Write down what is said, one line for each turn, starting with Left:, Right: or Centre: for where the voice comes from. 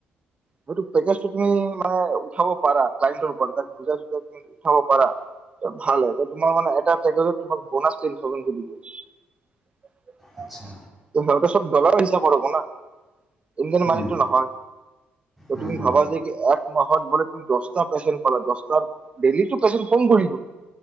Right: সেইটো পেকেজটো তুমি মানে উঠাব পাৰা ক্লাইন্তৰ ওপৰত তাক বুজাই চুজাই তুমি উঠাব পাৰা ভাল হয় তোমাৰ মানে এটা পেকেজত তোমাক বনাছ টেন থাওজেণ্ড যে দিব সিহঁতে
Centre: আচ্ছা
Right: চব ডলাৰৰ হিচাপৰ হ'ব না ইণ্ডিয়ান
Centre: উম,
Right: মানিটো নহয়
Centre: উম,
Right: তুমি
Centre: উম,
Right: ভাবা যে কি এক মাহত বলে তুমি দছটা পেচেন্ত পালা দছটাৰ ডেইলি পেচেণ্ট কম কৰিব গৈ